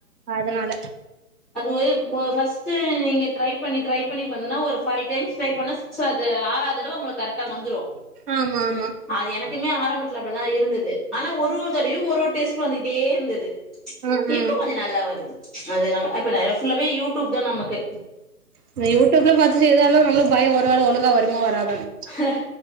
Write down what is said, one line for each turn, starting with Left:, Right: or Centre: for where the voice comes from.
Right: அதனால
Centre: அது ஒ ஃபஸ்ட்டு நீங்க ட்ரை பண்ணி ட்ரை பண்ணி பண்ணா ஒரு ஃபைவ் டைம்ஸ் ட்ரை பண்ணா சோ அது ஆறாவது தடவ உங்களுக்கு கரெக்டா வந்துரு
Right: ஆமா ஆமா
Centre: அது எனக்குமே ஆரம்பத்துல அப்பிடிதா இருந்தது ஆனா ஒரு ஒரு தடவயு ஒரு ஒரு டெஸ்ட் வந்துக்கிட்டே இருந்துது
Right: ஆ ஆ
Centre: இப்ப கொஞ்ச நல்லா வருது அது நம்ம அ இப்ப நா சொன்ன மாரி யூ டூப்தா நமக்கு
Right: அது யூடியூப்ல பாத்து செய்தாலு நம்மளுக்கு பயோ ஒருபாடு ஒழுங்கா வருமோ வராதோன்னு
Centre: அஹ